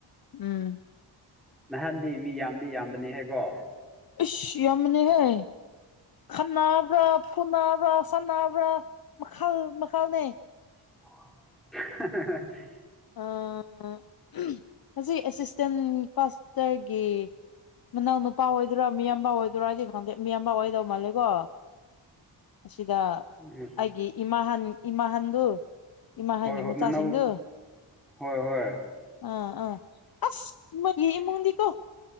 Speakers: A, on the left (about 50°); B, in the centre.
A: ꯎꯝ
B: ꯅꯍꯥꯟꯗꯤ ꯃꯤ ꯌꯥꯝꯗꯤ ꯌꯥꯝꯕꯅꯤꯍꯦꯀꯣ
A: ꯏꯁ ꯌꯥꯝꯕꯅꯤꯍꯦ ꯈꯠꯅꯕ꯭ꯔꯥ ꯐꯨꯅꯕ꯭ꯔꯥ ꯁꯥꯟꯅꯕ꯭ꯔꯥ ꯃꯈꯜ ꯃꯈꯜꯅꯦ
B: <unintelligible>
A: ꯑꯥ ꯍꯧꯖꯤꯛ ꯑꯦꯁꯤꯁꯇꯦꯟ ꯄꯥꯁꯇꯔꯒꯤ ꯃꯅꯥꯎꯅꯨꯄꯥ ꯑꯣꯏꯗꯣꯏꯔꯥ ꯃꯤꯌꯥꯝꯕ ꯑꯣꯏꯗꯣꯏꯔꯥ ꯑꯩꯗꯤ ꯈꯪꯗꯦ ꯃꯤꯌꯥꯝꯕ ꯑꯣꯏꯗꯧ ꯃꯥꯜꯂꯦꯀꯣ ꯑꯁꯤꯗ
B: ꯎꯝ
A: ꯑꯩꯒꯤ ꯏꯃꯥꯍꯥꯟ ꯏꯃꯥꯍꯟꯗꯨ ꯏꯃꯥꯍꯟꯒꯤ
B: ꯍꯣꯏ ꯍꯣꯏ
A: ꯃꯆꯥꯁꯤꯡꯗꯨ
B: ꯃꯅꯧ ꯍꯣꯏ ꯍꯣꯏ
A: ꯑ ꯑ ꯑꯁ ꯃꯣꯌꯒꯤ ꯏꯃꯨꯡꯗꯤꯀꯣ